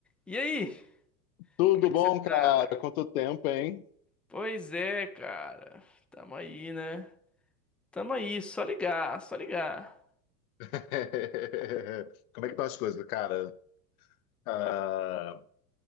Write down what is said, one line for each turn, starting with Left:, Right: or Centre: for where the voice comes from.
Centre: E aí,
Left: Tudo
Centre: como é
Left: bom,
Centre: que você tá?
Left: cara? Quanto tempo, hein?
Centre: Pois é, cara. Tamo aí, né? Tamo aí, só ligar, só ligar.
Left: <laughs> Como é que estão as coisas, cara? Ah,